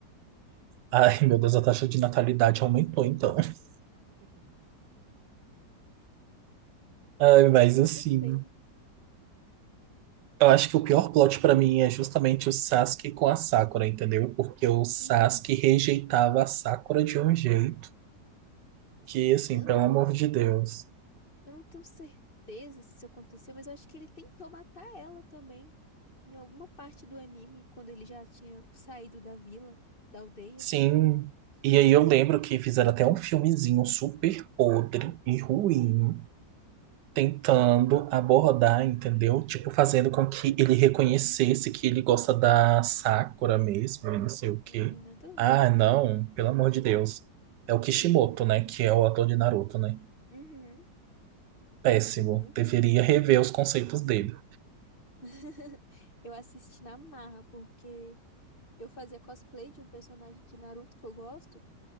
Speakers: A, on the right (about 80°); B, on the left (about 30°).
A: Ai, meu Deus, a taxa de natalidade aumentou, então. <laughs> Ai,
B: Ah,
A: mas
B: eu não
A: assim,
B: gostei.
A: eu acho que o pior plot pra mim é justamente o Sasuke com a Sakura, entendeu? Porque o Sasuke
B: Uhum.
A: rejeitava a Sakura de um jeito
B: Sim,
A: que, assim,
B: eu
A: pelo
B: não,
A: amor de Deus.
B: eu não tenho certeza se isso aconteceu, mas eu acho que ele tentou matar ela também. Em alguma parte do anime, quando ele já tinha saído da vila, da aldeia.
A: Sim. E aí eu lembro que fizeram até um filmezinho super podre e ruim, tentando abordar, entendeu? Tipo, fazendo com que ele reconhecesse que ele gosta da Sakura mesmo, e não sei o quê.
B: Ai, nada a
A: Ah,
B: ver.
A: não, pelo amor de Deus. É o Kishimoto, né? Que é o ator de Naruto, né?
B: Uhum.
A: Péssimo.
B: Muito
A: Deveria
B: nada a ver.
A: rever os conceitos dele.
B: <laughs> Eu assisti na marra, porque eu fazia cosplay de um personagem de Naruto que eu gosto.